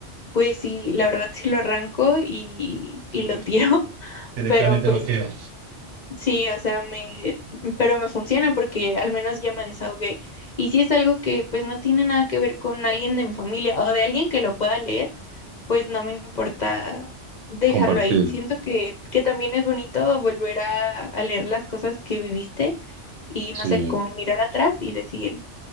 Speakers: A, on the left; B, on the right.
A: pues sí, la verdad sí lo arranco y, y
B: Dire-
A: lo tiro. <laughs>
B: Directamente
A: Pero pues
B: lo quemas.
A: Sí, o sea, me, pero me funciona porque al menos ya me desahogué. Y si es algo que pues no tiene nada que ver con alguien de mi familia o de alguien que lo pueda leer, pues no me importa dejarlo
B: Compartir.
A: ahí. Siento que, que también es bonito volver a, a leer las cosas que viviste y
B: Sí.
A: no sé, cómo mirar atrás y decir